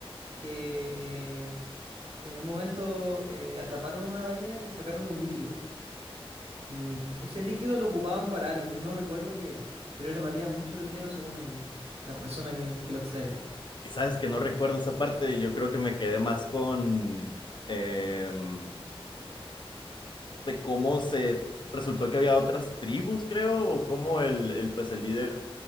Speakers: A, on the right; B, on the left.
A: que eh, en un momento eh, atraparon una ballena y le sacaron un líquido. Y ese líquido lo ocupaban para algo, que no recuerdo qué era, pero era valía mucho dinero según el- la persona que, que lo extraía.
B: Y sabes que no recuerdo esa parte, yo creo que me quedé más con em, de cómo se resultó que había otras tribus, creo, o cómo el, el, pues el líder